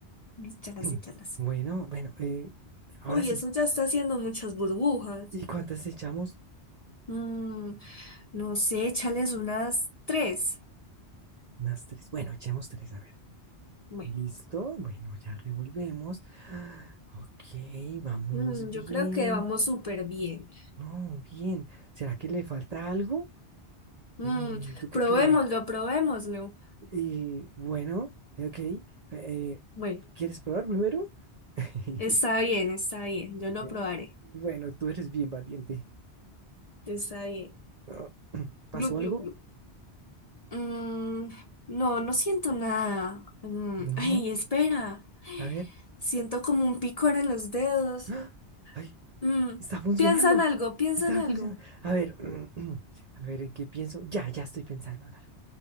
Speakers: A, on the left; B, on the right.
A: Échalas,
B: <clears throat>
A: échalas.
B: Bueno, bueno, eh, ahora
A: Uy,
B: sí.
A: eso ya está haciendo muchas burbujas.
B: ¿Y cuántas echamos?
A: Mm, no sé, échales unas tres.
B: Unas tres. Bueno, echemos tres, a ver.
A: Bueno,
B: Listo. Bueno, ya revolvemos. Ah, Ok, vamos
A: mm,
B: bien.
A: yo creo que vamos súper bien.
B: No, bien. ¿Será que le falta algo?
A: Mm,
B: Mm, ¿tú qué
A: probémoslo,
B: crees?
A: probémoslo.
B: Y bueno, ok. eh, eh,
A: Bueno,
B: ¿quieres probar primero? <laughs>
A: está bien, está bien, yo lo
B: Eh,
A: probaré.
B: Bueno, tú eres bien valiente.
A: Está bien.
B: Ah, <clears throat> ¿Pasó
A: Gluc,
B: algo?
A: gluc, gluc. Mm, no, no siento nada. Mm,
B: No.
A: ay, espera.
B: A ver.
A: Siento como un picor en los dedos.
B: ¡Ah! ¡Ay!
A: Mm,
B: Está funcionando.
A: piensa en algo, piensa
B: Está
A: en algo.
B: funcionando. A ver. <clears throat> A ver, ¿en qué pienso? Ya, ya estoy pensando en algo.